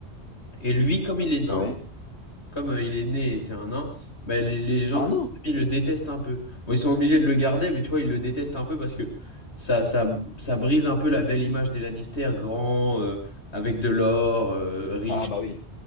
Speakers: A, on the left; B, on the left.
A: Et lui, comme il est nain.
B: Ouais.
A: comme euh, il est né et c'est un nain, bah, les, les gens
B: C'est un
A: de
B: nain.
A: sa famille le détestent un peu. Bon, ils sont obligés de le garder, mais tu vois, ils le détestent un peu parce que ça, ça, ça brise un peu la belle image des Lannister, grand, euh, avec de l'or, euh, riche,
B: Ah bah oui.